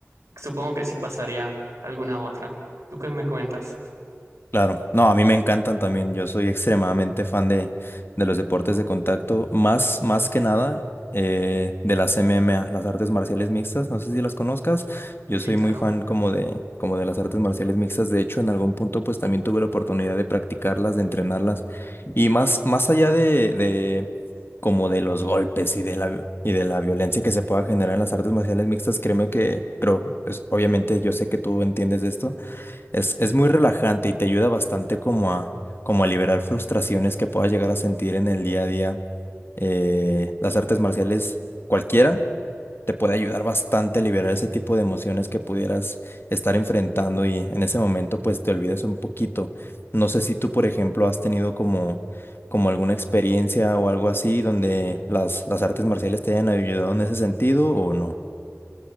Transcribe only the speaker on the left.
Claro, no, a mí me encantan también. Yo soy extremadamente fan de, de los deportes de contacto, más, más que nada eh, de las MMA, las artes marciales mixtas. No sé si las conozcas. Yo soy
muy fan como de, como de las artes marciales mixtas. De hecho, en algún punto, pues también tuve la oportunidad de practicarlas, de entrenarlas. Y más, más allá de, de como de los golpes y de la, y de la violencia que se pueda generar en las artes marciales mixtas, créeme que, creo, pues, obviamente yo sé que tú entiendes de esto es, es muy relajante y te ayuda bastante como a, como a liberar frustraciones que puedas llegar a sentir en el día a día. Eh, las artes marciales, cualquiera, te puede ayudar bastante a liberar ese tipo de emociones que pudieras estar enfrentando y en ese momento pues te olvidas un poquito. No sé si tú, por ejemplo, has tenido como, como alguna experiencia o algo así donde las, las artes marciales te hayan ayudado en ese sentido o no.